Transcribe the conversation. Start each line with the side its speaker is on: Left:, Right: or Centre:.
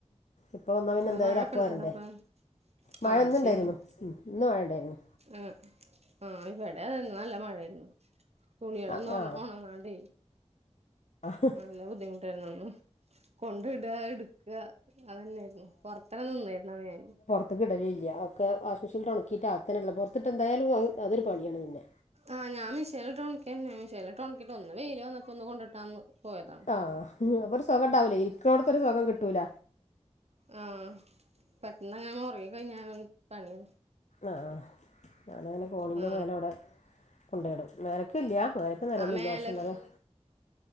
Left: ഇപ്പ വന്നാൽ പിന്നെ
Right: ആഹ്
Left: എന്തായാലും
Right: മഴയൊക്കെ
Left: അപ്പ
Right: ഉണ്ടോ
Left: വരണ്ടേ?
Right: അവിടെ അപ്പൊ
Left: മഴ
Right: ആഹ് അത്
Left: ഇന്നുണ്ടായിരുന്നു
Right: ശരിയാണ്
Left: ഇന്ന് മഴ ഉണ്ടായിരുന്നു.
Right: ആഹ് ആഹ് ഇവിടെ ഇന്ന് നല്ല മഴയായിരുന്നു തുണികളൊന്നു
Left: ആ ആ
Right: ഉണങ്ങാണ്ട.
Left: <unintelligible>
Right: നല്ല ബുദ്ധിമുട്ടായിരുന്നുന്ന്. കൊണ്ട് ഇട എടുക്കുക അത്തനെയായിരുന്നു പൊറത്താന് നിന്നേരുന്നത് ഞാൻ.
Left: അത് കിടലില്ല ഒക്കെ വാഷി്ഗ് മെഷീനിലി ട്ട് ഉണക്കിയിട്ട അകത്തെന്നെ ഇടലാ പുറത്തിട്ട എന്തായാലും അതൊരു പണിയാണ് പിന്നെ.
Right: ആഹ് ഞാൻ മേഷീനിലിട്ട് ഉണക്ക തന്നെ മിഷേനിലിട്ട് ഒന്ന് വെയില് വന്നപ്പോ ഒന്ന് കൊണ്ടിട്ടാന്ന്. പോയതാണ്
Left: ആഹ് അപ്പൊ ഒരു സുഖം ഇണ്ടാവൂല ഇരിക്ണോട്ത്തൊരു സുഖം കിട്ടൂല.
Right: ആഹ് പെട്ടെന്ന് അങ്ങനെ ഒറങ്ങി കഴിഞ്ഞ പണിയാ.
Left: ആഹ് ഞാനങ്ങനെ കോണിൻ്റെ
Right: ആ
Left: മേലെ അവിടെ കൊണ്ടോയിടും മേലക്കി ഇല്ല മേലക്ക്നെലൊന്നുല്ല
Right: ആ മേലെ
Left: പക്ഷെന്നാലും.